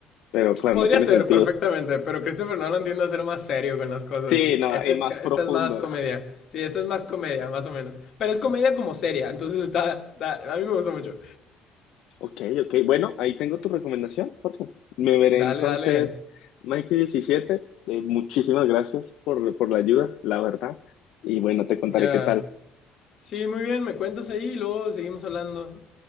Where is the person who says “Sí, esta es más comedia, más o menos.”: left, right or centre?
Left